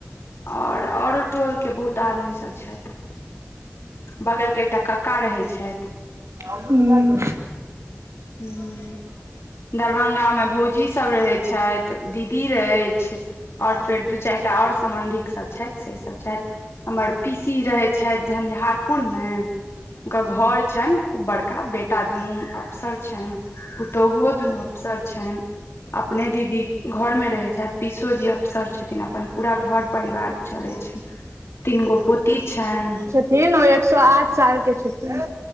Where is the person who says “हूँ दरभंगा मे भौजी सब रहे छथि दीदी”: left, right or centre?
Left